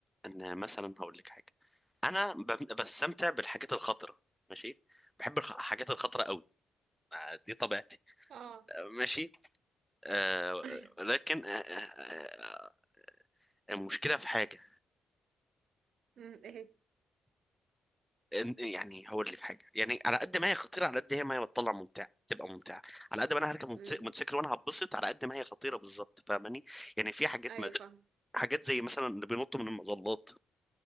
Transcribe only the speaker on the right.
اه
<laughs> ايوه
مم، ايه
مم.
ايوه
فاهم